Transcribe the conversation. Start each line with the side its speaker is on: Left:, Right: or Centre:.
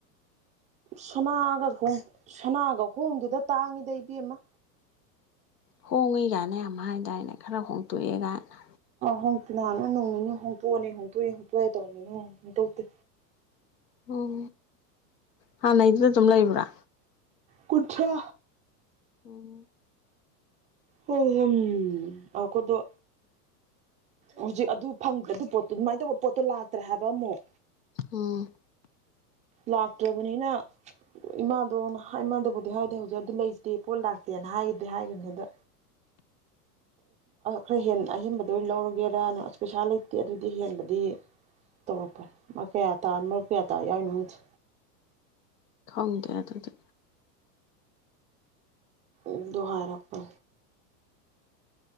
Right: ꯁꯅꯥꯒ ꯍꯣꯡ ꯁꯅꯥꯒ ꯍꯣꯡꯗꯨꯗ ꯇꯥꯡꯉꯤꯗ ꯏꯕꯃ
Left: ꯍꯣꯡꯉꯤ ꯀꯥꯏꯅ ꯌꯥꯝ ꯍꯥꯏꯗꯥꯏꯅꯦ ꯈꯔ ꯍꯣꯡꯇꯣꯛꯑꯦ ꯀꯥꯏꯅ
Right: ꯍꯣꯡꯇꯤ ꯅꯍꯥꯟꯅ ꯅꯅꯨꯡ ꯅꯤ ꯍꯣꯡꯇꯣꯛꯑꯅꯤ ꯍꯣꯡꯇꯣꯛꯑꯦ ꯍꯣꯡꯇꯣꯛꯑꯦ ꯇꯧꯔꯅꯤ ꯑꯗꯨꯅꯨꯡ ꯍꯣꯡꯇꯣꯛꯇꯦ
Left: ꯑꯣ ꯍꯥꯟꯅꯗꯨꯅ ꯑꯗꯨꯝ ꯂꯩꯕ꯭ꯔꯥ
Right: ꯀꯨꯊ꯭ꯔꯥ
Left: ꯎꯝ
Right: ꯍꯣꯏ ꯍꯣꯏ ꯑꯩꯀꯣꯏꯗ ꯍꯧꯖꯤꯛ ꯑꯗꯨ ꯐꯪꯗ ꯑꯗꯨ ꯄꯣꯠꯇꯣ ꯑꯗꯨꯃꯥꯏꯅ ꯇꯧꯕ ꯄꯣꯠꯇꯣ ꯂꯥꯛꯇ꯭ꯔꯦ ꯍꯥꯏꯕ ꯑꯃꯨꯛ
Left: ꯎꯝ
Right: ꯂꯥꯛꯇ꯭ꯔꯕꯅꯤꯅ ꯏꯃꯥꯗꯣ ꯏꯃꯥꯗꯕꯨꯗꯤ ꯍꯥꯏꯔꯗꯤ ꯍꯧꯖꯤꯛ ꯑꯗꯨ ꯂꯩꯇꯦ ꯄꯣꯠ ꯂꯥꯛꯇꯦꯅ ꯍꯥꯏꯈꯤꯗꯦ ꯍꯥꯏꯈꯈꯤꯕꯅꯤꯗ ꯈꯔ ꯍ ꯑꯍꯦꯟꯕꯗ ꯑꯣꯏꯅ ꯂꯧꯔꯒꯦꯔ ꯄꯩꯁꯥ ꯂꯩꯇꯦ ꯑꯗꯨꯗꯤ ꯍꯦꯟꯕꯗꯤ ꯇꯧꯔꯛꯄ ꯀꯌꯥ ꯃꯔꯨꯞ ꯀꯌꯥ ꯇꯥ ꯌꯥꯏꯅꯣꯍꯪꯁꯦ
Left: ꯈꯣꯡ ꯇꯔ ꯑꯗꯨꯗ
Right: ꯨꯍꯔꯄ